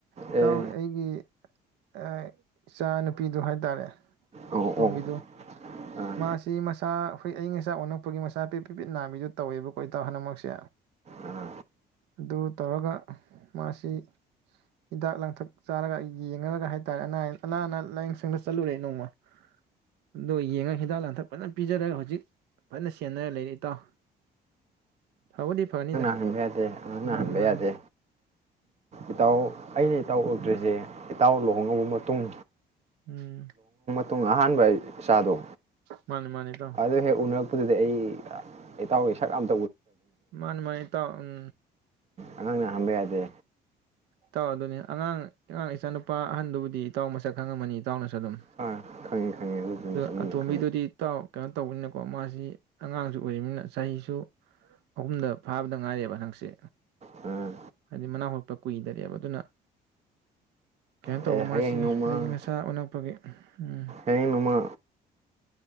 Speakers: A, on the right (about 80°); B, on the right (about 40°).
A: ꯏꯇꯥꯎ
B: ꯑꯦ
A: ꯑꯩꯒꯤ ꯑꯥ ꯏꯆꯥ ꯅꯨꯨꯄꯤꯗꯨ ꯍꯥꯏꯇꯥꯔꯦ
B: ꯑꯣ
A: ꯇꯣꯝꯕꯤꯗꯨ
B: ꯑꯣ ꯑꯥ
A: ꯃꯥꯁꯤ ꯃꯁꯥ ꯑꯈꯣꯏ ꯑꯏꯪ ꯑꯁꯥ ꯑꯣꯉꯛꯄꯒꯤ ꯃꯁꯥ ꯑꯄꯤ ꯄꯤꯄꯤꯠ ꯅꯥꯕꯤꯗ ꯇꯧꯋꯦꯕꯀꯣ ꯏꯇꯥꯎ ꯍꯅꯃꯛꯁꯦ
B: ꯑꯥ
A: ꯑꯗꯨ ꯇꯧꯔꯒ ꯃꯥꯁꯤ ꯍꯤꯗꯥꯛ ꯂꯥꯡꯊꯛ ꯆꯥꯔꯒ ꯌꯦꯡꯉꯔꯒ ꯍꯥꯏꯇꯥꯔꯦ ꯑ ꯑꯅꯥ ꯑꯅꯥ ꯂꯥꯏꯌꯦꯡꯁꯪꯗ ꯆꯠꯂꯨꯔꯦ ꯅꯣꯡꯃ ꯑꯗꯣ ꯌꯦꯡꯉ ꯍꯤꯗꯥꯛ ꯂꯥꯡꯊꯛ ꯐꯖꯅ ꯄꯤꯖꯔꯒ ꯍꯧꯖꯤꯛ ꯐꯖꯅ ꯁꯦꯟꯅꯔ ꯂꯩꯔꯦ ꯏꯇꯥꯎ ꯐꯕꯗꯤ ꯐꯅꯤꯗ
B: ꯍꯥꯡꯕ ꯌꯥꯗꯦ ꯑꯉꯥꯡ
A: ꯃꯥꯅꯤ
B: ꯅꯍꯟꯕ
A: ꯃꯥꯅꯤ
B: ꯌꯥꯗꯦ ꯏꯇꯥꯎ ꯑꯩꯅ ꯏꯇꯥꯎ ꯎꯗ꯭ꯔꯤꯁꯦ ꯏꯇꯥꯎ ꯂꯨꯍꯣꯡꯡꯂꯕ ꯃꯇꯨꯡ
A: ꯎꯝ
B: ꯇꯨꯡ ꯑꯥꯍꯥꯟꯕ ꯆꯥꯗꯣ
A: ꯃꯥꯅꯤ ꯃꯥꯅꯤ ꯏꯇꯥꯎ
B: ꯑꯗꯨ ꯍꯦꯛ ꯎꯅ <inaudible> ꯗꯨꯗꯤ ꯑꯩ ꯏꯇꯥꯎꯒꯤ ꯁꯛ ꯑꯃ
A: ꯃꯥꯅꯦ ꯃꯥꯅꯤ ꯏꯇꯧ ꯎꯝ
B: ꯑꯉꯥꯡꯅ ꯍꯟꯕ ꯌꯥꯗꯦ
A: ꯇꯥꯎ ꯑꯗꯨꯅꯤ ꯑꯉꯥꯡ ꯑꯉꯥꯡ ꯏꯆꯥꯅꯨꯄꯥ ꯑꯍꯟꯗꯨꯕꯨꯗꯤ ꯏꯇꯥꯎ ꯃꯁꯛ ꯈꯪꯉꯝꯃꯅꯤ ꯏꯥꯎꯅꯁꯨ ꯑꯗꯨꯝ
B: ꯑꯥ ꯈꯪꯉꯦ ꯈꯪꯉꯦ ꯑꯗꯨ ꯃꯁꯛ
A: ꯑꯇꯣꯝꯕꯤꯗꯨꯗꯤ
B: ꯃꯟꯅ ꯈꯪꯉꯤ
A: ꯏꯇꯥꯎ ꯀꯩꯅꯣ ꯇꯧꯕꯅꯤꯅꯀꯣ ꯃꯥꯁꯤ ꯑꯉꯥꯡꯁꯨ ꯑꯣꯏꯝꯅꯤꯅ ꯆꯍꯤꯁꯨ ꯑꯍꯨꯝꯗ ꯐꯥꯕꯗ ꯉꯥꯏꯔꯦꯕ ꯍꯟꯗꯛꯁꯦ
B: ꯑꯥ
A: ꯍꯥꯏꯗꯤ ꯃꯅꯥ ꯍꯨꯛꯄ ꯀꯨꯏꯗꯔꯦꯕ ꯑꯗꯨꯅ ꯀꯩꯅꯣ ꯇꯧꯔ
B: ꯑꯦ ꯍꯌꯦꯡ
A: ꯃꯥꯁꯤ
B: ꯅꯣꯡꯃ
A: ꯑꯏꯪ ꯑꯁꯥ ꯑꯣꯂꯛꯄꯒꯤ ꯎꯝ
B: ꯍꯌꯦꯡ ꯅꯣꯡꯃ